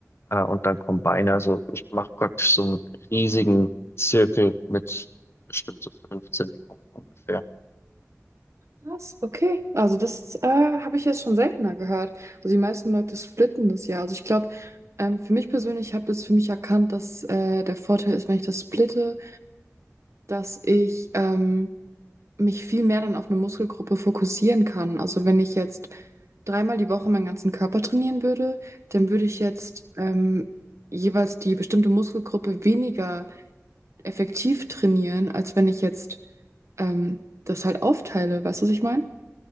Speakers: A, on the left (about 50°); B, on the right (about 60°).
A: äh, und dann kommen Beine. Also ich mache praktisch so einen riesigen Zirkel mit bestimmt so 15 Übungen ungefähr.
B: Was? Okay. Also das äh, habe ich jetzt schon seltener gehört. Also die meisten Leute splitten das ja. Also ich glaube, ähm, für mich persönlich ich habe das für mich erkannt, dass äh, der Vorteil ist, wenn ich das splitte, dass ich ähm, mich viel mehr dann auf eine Muskelgruppe fokussieren kann. Also wenn ich jetzt dreimal die Woche meinen ganzen Körper trainieren würde, dann würde ich jetzt ähm, jeweils die bestimmte Muskelgruppe weniger effektiv trainieren, als wenn ich jetzt ähm, das halt aufteile. Weißt du, was ich meine?